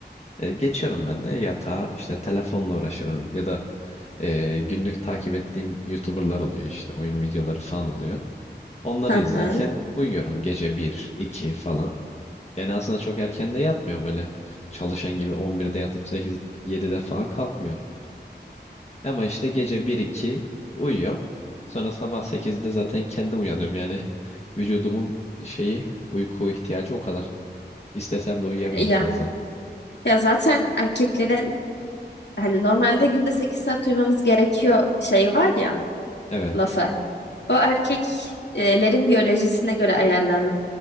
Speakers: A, on the left; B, on the left.
A: E, geçiyorum ben de yatağa işte telefonla uğraşıyorum ya da e, günlük takip ettiğim YouTuber'lar oluyor işte oyun videoları falan oluyor. Onları
B: Hı
A: izlerken
B: hı.
A: uyuyorum gece bir 2 falan. Yani aslında çok erken de yatmıyorum öyle. Çalışan gibi 11'de yatıp 8 7'de falan kalkmıyorum. Ama işte gece bir iki uyuyorum. Sonra sabah sekizde zaten kendim uyanıyorum yani. Vücudumun şeyi uyku ihtiyacı o kadar. İstesem de uyuyamıyorum
B: Ya.
A: fazla.
B: Ya zaten erkeklerin hani normalde günde 8 saat uyumamız gerekiyor şeyi var ya
A: Evet.
B: lafı. O erkeklerin biyolojisine göre ayarlanıp